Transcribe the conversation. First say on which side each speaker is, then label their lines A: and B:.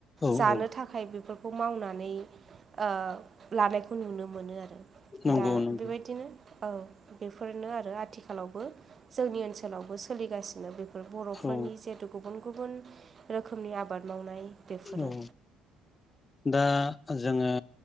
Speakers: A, on the left; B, on the right.
A: औ
B: जानो
A: औ
B: थाखाय बेफोरखौ मावनानै ओ। लानायखौ नुनो मोनो आरो
A: नंगौ
B: दा
A: नंगौ
B: बेबायदिनो। औ बेफोरनो आरो आथिखालावबो जोंनि ओनसोलावबो सोलिगासिनो बेफोर। बर'फोरनि
A: औ
B: जिहेतु गुबुन गुबुन रोखोमनि आबाद मावनाय। बेफोरो
A: औ दा जोङो